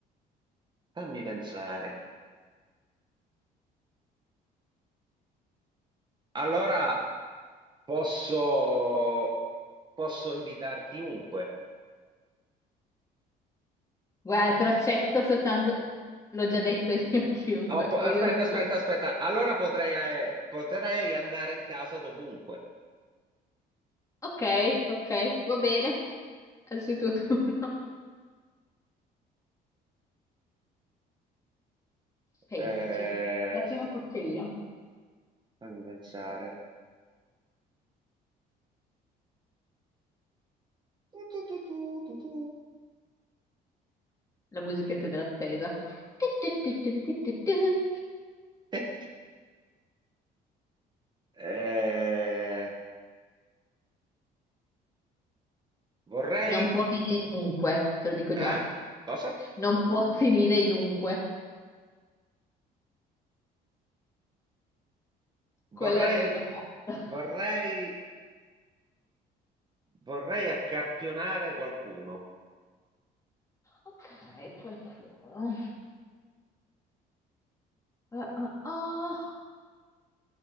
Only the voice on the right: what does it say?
Fammi pensare. Allora. Posso, posso invitare chiunque.
Oh, po-
aspetta,
aspetta, aspetta. Allora potrei, eh, potrei andare in casa dovunque.
Eh,
fammi pensare. Tu, tu, tu, tu, tu, tu.
<laughs> Eh, vorrei...
Eh? Cosa?
Vorrei...
Vorrei... Vorrei accarpionare qualcuno.